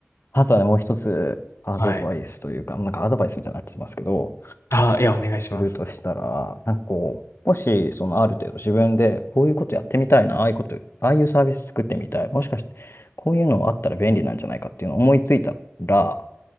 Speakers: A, on the left; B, on the left.
A: あとはね、もう一つ、アドバイスというか、
B: はい。
A: なんかアドバイスみたいになってますけど、
B: あ、いや、お願いします。
A: するとしたら、なんかこう、もし、そのある程度自分で、こういうことやってみたいな、ああいうこと、ああいうサービス作ってみたい、もしかして、こういうのあったら便利なんじゃないかっていうのを思いついたら、